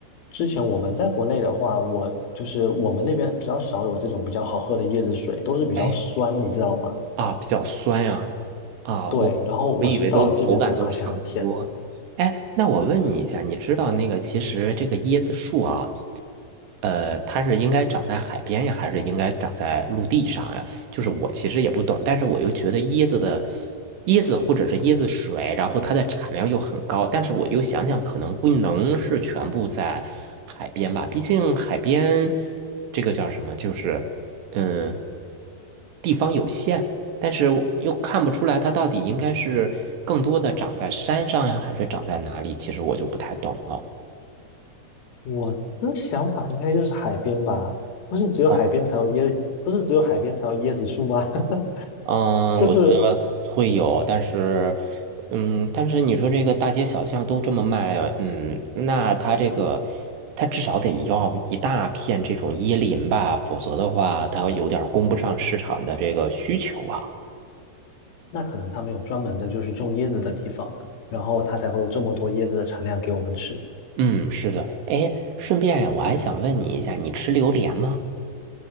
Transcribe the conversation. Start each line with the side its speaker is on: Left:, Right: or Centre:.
Left: 之前我们在国内的话，我就是我们那边比较少有这种比较好喝的椰子水，都是比较酸，
Right: 哎，
Left: 你知道吗？
Right: 啊，比较酸呀、啊，
Left: 对，
Right: 我我以为都口感都差不多。
Left: 然后我是到了这边才发现很甜。
Right: 哎，那我问你一下，你知道那个其实这个椰子树啊，呃，它是应该长在海边呀，还是应该长在陆地上呀？就是我其实也不懂，但是我又觉得椰子的椰子或者是椰子水，然后它的产量又很高，但是我又想想，可能不能是全部在海边吧，毕竟海边这个叫什么，就是嗯。地。但是我又看不出来它到底应该是更多的长在山上呀，还是长在哪里？其实我就不太懂了。
Left: 我的想法应该就是海边吧，不是只有海边才有椰，
Right: 哦，
Left: 不是只有海边才有椰子树吗？<laughs>
Right: 嗯，
Left: 就是
Right: 我觉得会有，但是，嗯，但是你说这个大街小巷都这么卖，嗯，那它这个，它至少得要一大片这种椰林吧，否则的话，它有点儿供不上市场的这个需求啊。
Left: 那可能他们有专门的，就是种椰子的地方，然后它才会有这么多椰子的产量给我们吃。
Right: 嗯，是的。哎，顺便呀，我还想问你一下，你吃榴莲吗？